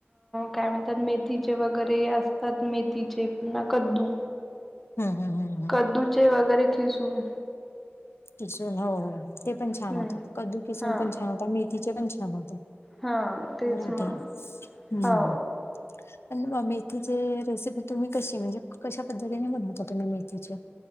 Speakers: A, in the centre; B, on the left (about 75°).
A: काय म्हणतात मे मथीचे वगैरे असतात मेथीचे पुन्हा कद्दू
B: हम हम हं ह
A: कद्दूचे वगैरे खिसून
B: किसून हो हो ते पण छान
A: हम्म
B: होतात कद्दू किसून
A: हा
B: पण छान होता मेथीचे पण छान होतात
A: हा तेच
B: होटे
A: मग
B: <unintelligible> हम्म
A: हो
B: प <unintelligible> मेथीची रेसिपी तुम्ही कशी म्हणजे कशा पद्धतीने बनवता तुम्ही मेथीची